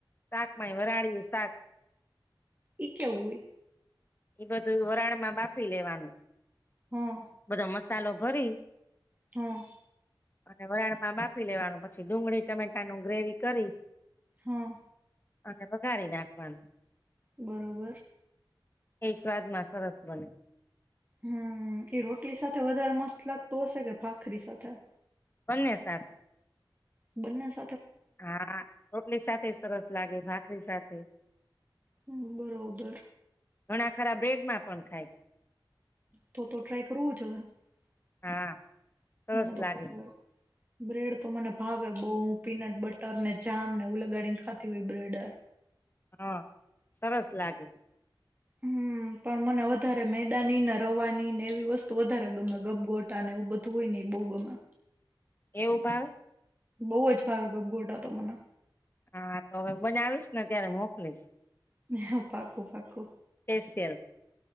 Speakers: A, on the left; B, on the right.
A: શાક માંય વરાળિયું શાક.
B: એઈ કેવું હોય.
A: એ બધું વરાળ માં બાફી લેવાનું.
B: હમ્મ.
A: બધો મસાલો ભરી
B: હમ્મ.
A: અને વરાળ માં બાફી લેવાનું પછી ડુંગળી ટમેટાનું ગ્રેવી કરી
B: હા
A: અને વઘારી નાખવાનું
B: બરોબર.
A: એ સ્વાદમાં સરસ બને.
B: હમ્મ એ રોટલી સાથે વધારે મસ્ત લાગતું હશે કે ભાખરી સાથે.
A: બંને સાથે.
B: બના <inaudible>
A: હા રોટલી સાથે સરસ લાગે ભાખરી સાથે.
B: હમ્મ બરોબર.
A: ઘણા ખરા બ્રેડમાં પણ ખાય.
B: તો તો ટ્રાય કરવું <inaudible>
A: હા સરસ
B: મને તો
A: લાગે
B: ભાવે. બ્રેડ તો મને ભાવે બહુ પીનટ બટર ને જામ ને ઉ લગાડીને ખાતી હોય બ્રેડર
A: હા સરસ લાગે.
B: હમ્મ પણ મને વધારે મેદાની ને રવાની ને એવી વસ્તુ વધારે ગમે ગબગોટા ને એવું બધું હોય ને એ બહુ ગમે.
A: એવું ભાવે.
B: બઉ અ જ ભાવે ગબ ગોટ તો મને
A: હા તો હવે બનાવીશ ને ત્યારે મોકલીશ.
B: <unintelligible> હ પાકું પાકું
A: <unintelligible>